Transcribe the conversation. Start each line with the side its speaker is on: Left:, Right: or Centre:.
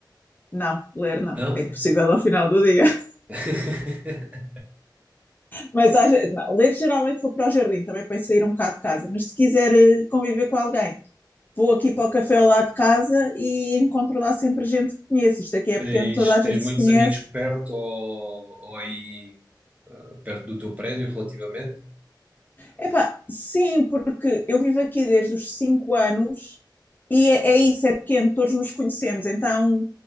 Left: Não, ler não,
Right: não?
Left: é impossível ao final do dia. <laughs>
Right: <laughs>
Left: Mas às ve- não, ler geralmente vou para o jardim, também para sair um bocado de casa. Mas se quiser eh, conviver com alguém, vou aqui para o café ao lado de casa e encontro lá sempre gente que conheço. Isto aqui é
Right: Tens,
Left: pequeno, toda a gente
Right: tens muitos
Left: se conhece
Right: amigos perto ou, ou aí perto do teu prédio, relativamente?
Left: Epá, sim, porque eu vivo aqui desde os 5 anos e é, é isso, é pequeno, todos nos conhecemos, então